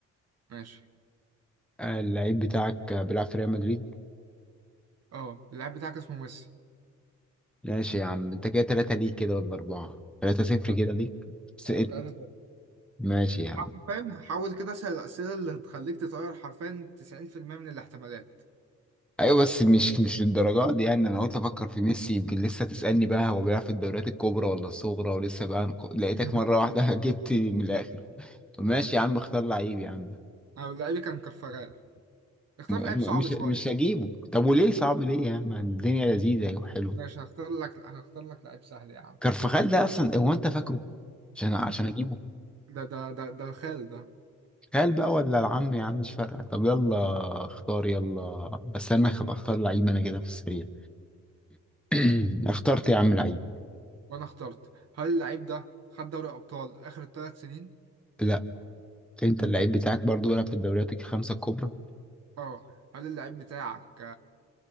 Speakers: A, on the right (about 55°); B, in the centre.
A: ماشي
B: آه، اللعيب بتاعك آه، بيلعب في ريال مدريد
A: اه اللعيب بتاعك اسمه ميسي
B: ماشي يا عم انت كده تلاتة ليك كده ولا اربعة تلاتة صفر
A: اه
B: كده ليك سقط
A: اه تلاتة تلاتة
B: ماشي يا
A: حرفيا
B: عم
A: حاول كده أسأل الأسئلة اللي هتخليك تطير حرفيا 90% من الاحتمالات
B: ايوه بس مش مش للدرجات دي يعني انا قلت افكر في ميسي يمكن لسه تسألني بقى هو بيلعب في الدوريات الكبرى ولا الصغرى ولسه بقى لقيتك
A: <laughs>
B: مرة واحدة <laughs> جبت من الاخر طب ماشي يا عم اختار لعيب يا عم
A: أنا لعيبي كان كرفغال اختار
B: م-
A: لعيب صعب
B: م- مش
A: شوية
B: مش هجيبه طب وليه صعب ليه يا عم الدنيا لذيذه وحلوه
A: ماشي هختار لك هختار لك لعيب سهل يا عم
B: كرفخال ده اصلا هو انت فاكره عشان عشان اجيبه
A: <laughs> ده ده ده ده الخال ده
B: خال بقى ولا العم يا عم مش فارقه طب يلا اختار يلا استنى أخ- اختار لعيب انا كده في السريع <clears throat> اخترت يا عم لعيب
A: وأنا اخترت هل اللعيب ده خد دوري أبطال آخر الثلاث سنين؟
B: لا انت اللعيب بتاعك برضو بيلعب في الدوريات الخمسه الكبرى
A: اه هل اللعيب بتاعك